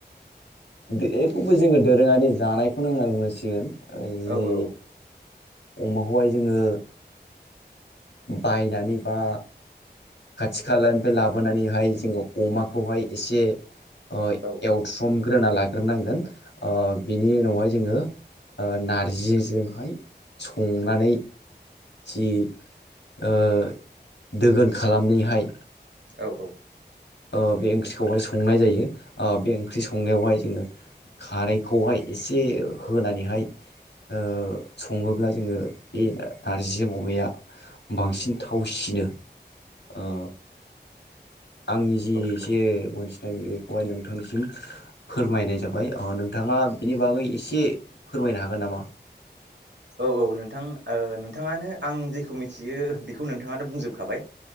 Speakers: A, on the left; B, on the right.
A: बे खौबो जोङो दोरोङारि जानायखौनो होनना बुंनांसिगोन। जि
B: औ औ।
A: अमाखौहाय जोङो बायनानै बा खाथि खालानिफ्राय लाबोनानैहाय जोङो अमाखौहाय एसे ओ
B: औ
A: एव समग्रोना लाग्रोनांगोन ओ बेनि उनावहाय जोङो ओ नार्जिजोंहाय संनानै जि ओ दोगोन ओ खालामनिहाय
B: औ औ।
A: ओ बे ओंख्रिखौहाय संनाय जायो ओ बे ओंख्रि संनायावहाय जोङो खारैखौहाय एसे होनानैहाय ओ सङोब्ला जोङो बे नार्जिजों अमाया बांसिन थावसिनो ओ आंनि जि एसे
B: औ
A: मोन्थिनाय बेखौहाय नोंथांनिसिम फोरमायनाय जाबाय अ नोंथाङा बिनि बागै इसे फोरमायनो हागोन नामा?
B: औ औ नोंथां ओ नोंथाङानो आं जेखौ मिथियो बेखौ नोंथाङानो बुंजोबखाबाय।